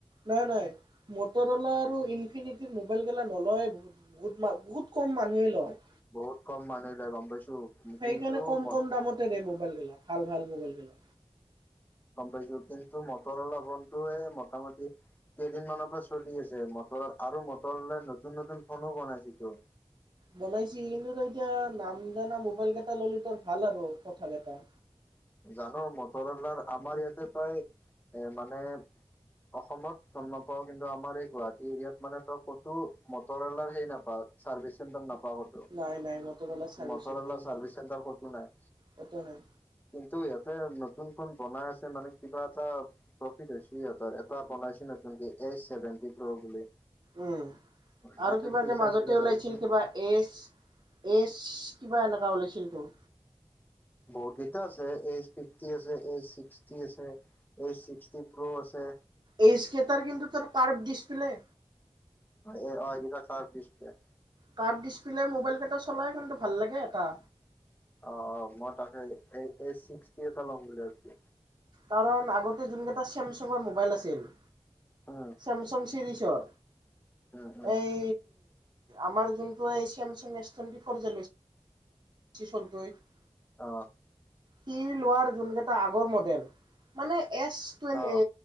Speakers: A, on the right; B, on the left.
A: নাই নাই, মটৰ অ'লা আৰু ইনফিনিটিৰ মোবাইল গেলা নলয়ে বহুত। বহুত মান বহুত ক'ম মানুহে লয়,
B: ব- বহুত কম মানুহ লয় গম পাইছো
A: সেইকাৰণে
B: কিন্তু
A: ক'ম
B: মত-
A: ক'ম দামত তে দে মবাইল গিলা ভাল ভাল মোবাইল গিলা।
B: গ'ম পাইছো, কিন্তু মটৰ'লা ফোনটোৱে মোটামুটি কেইদিনমানৰ পৰা চলি আছে মটৰ আৰু মটৰ'লাই নতুন নতুন ফোনো বনাইছেটো।
A: বনাইছে কিন্তু তই এতিয়া নাম জানা মোবাইল কেইটা ল'লি তোৰ ভাল আৰু কথা কেইটা।
B: জানো মট'ৰলাৰ আমাৰ ইয়াতে তই এ মানে অসমত গ'ম নাপাও কিন্তু আমাৰ এই গুৱাহাটী এৰিয়াত মানে তই ক'তো মটৰ'লাৰ হেই নাপাও। চাৰ্ভিচ চেণ্টাৰ নাপাৱ ক'তো,
A: নাই নাই মটৰৱালা চাৰ্ভিচ
B: মটৰ'লা
A: চেণ্টাৰ নাই
B: চাৰ্ভিচ চেণ্টাৰ ক'তো নাই।
A: ক'তো নাই।
B: কিন্তু ইহঁতে নতুন ফোন বনাই আছে মানে কিবা এটা প্ৰফিট হৈছে সিহঁতৰ এটা বনাইছে নতুনকে, এইচ চেভেণ্টি প্ৰ' বুলি।
A: উম,
B: সেইটোৰ
A: আৰু কিবা
B: ফিউচাৰ
A: যে মাজতে
B: কেইটা
A: ওলাইছিল
B: চাবিচোন
A: কিবা এজ এজ্‌ কিবা এনেকা ওলাইছিল তো।
B: বহুত কেইটা আছে, এজ ফিফটি আছে, এইজ ছিক্সটি আছে। এজ ছিক্সটি প্ৰ' আছে।
A: এজ্‌ কেটাৰ কিন্তু তোৰ কাৰ্ভ ডিছপ্লে।
B: অ', এইকেইটাৰ curve display.
A: Curve display mobile কেইটা চলাই কিন্তু ভাল লাগে এটা।
B: অ', অ', মই তাকে এই এজ ছিক্সটি এটা ল'ম বুলি ভাবিছো।
A: কাৰণ আগতে যোন কেইটা চেমচাঙৰ মোবাইল আছিল।
B: উম,
A: চেমচং চিৰিছৰ।
B: উম, উম,
A: এই আমাৰ যোনটো এই চেমচং এছ টুৱেন্টি ফ'ৰ যে লৈছে। <unintelligible>
B: অ'।
A: সি লোৱাৰ যোন কেইটা আগৰ মডেল মানে এছ টোৱে
B: অ',